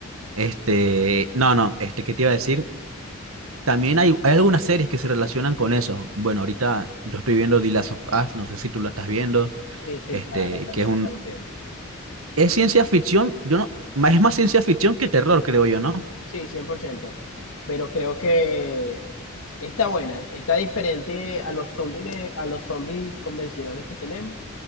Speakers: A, on the right; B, on the left.
A: Este, no, no, este, ¿qué te iba a decir? También hay, hay algunas series que se relacionan con eso. Bueno, ahorita yo estoy viendo The Last of Us, no sé si tú la estás viendo,
B: Sí, sí,
A: este,
B: claro, también
A: que es un,
B: la estamos viendo.
A: es ciencia ficción, yo no, ma- es más ciencia ficción que terror, creo yo, ¿no?
B: Sí, cien por ciento pero creo que está buena, está diferente a los zombies, a los zombies convencionales que tenemos.